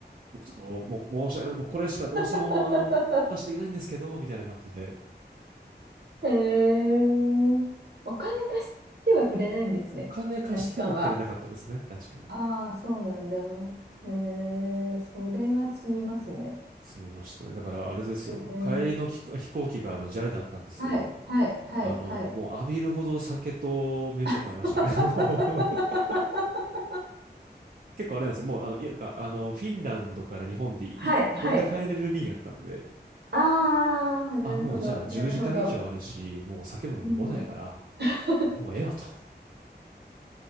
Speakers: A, on the right; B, on the right.
A: もうちょっと、もう申し訳ない。もうこれしかどうしてももうあの、
B: <laughs>
A: お渡しできないんですけど、みたいな感じで。
B: へえ、お金貸してはくれないんですね、
A: お金貸してもくれなかったですね、
B: 大使館は。
A: 大使館は。
B: ああ、そうなんだ。へえー、それは積みますね。
A: 済みましたね。だからあれですよ。
B: へえー、
A: 帰りのき飛行機があの、ジ a ルだったんですけど、
B: はい、はい、はい、
A: あの、
B: はい。
A: もう浴びるほど酒と飯を食べましたね。
B: <laughs>
A: もう <laughs> 結構あれなんですよ。もう、あの、いやなんか、あの、フィンランドから日本でい一本で帰れる便やったんで、
B: はい、はい。ああ、なるほど、
A: あ、もうじゃあ10時間以上あるし、
B: なるほど。
A: もう酒も飲み放題やから、
B: うん、<laughs>
A: もうええわと。